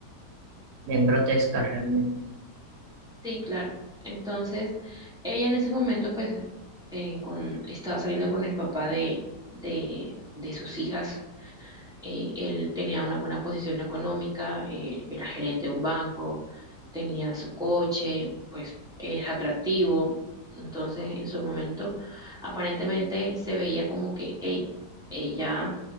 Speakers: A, on the right (about 70°); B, in the centre.
A: bien grotesca realmente.
B: Sí, claro. Entonces, ella en ese momento, pues, eh, con, estaba saliendo con el papá de, de, de sus hijas eh, él tenía una buena posición económica, eh, era gerente de un banco, tenía su coche, pues es atractivo. Entonces, en su momento, aparentemente se veía como que, hey, ella